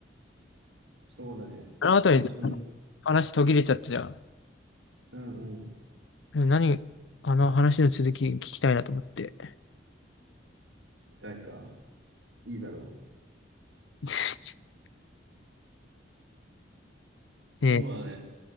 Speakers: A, on the right; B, on the left.
A: そうだね。
B: あの後に
A: なんかそんな、
B: 話途切れちゃったじゃん。
A: うんうん。
B: え何、あの話の続き聞きたいなと思って。
A: 期待か。いいだろう。
B: <laughs>
A: そうだね。
B: ね、